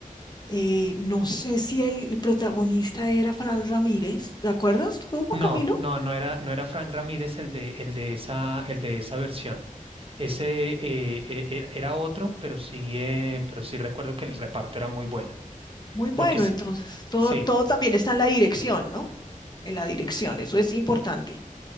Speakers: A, on the left; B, on the right.
A: Eh, no sé si el protagonista era Fran Ramírez, ¿te acuerdas tú, Juan
B: No,
A: Camilo?
B: no, no era, no era Frank Ramírez el de, el de esa, el de esa versión. Ese eh, eh, era, era otro, pero sí, eh, pero sí recuerdo que el reparto era muy bueno.
A: Muy
B: Lo
A: bueno,
B: que sí,
A: entonces, todo,
B: sí.
A: todo también está en la dirección, ¿no? En la dirección, eso es importante.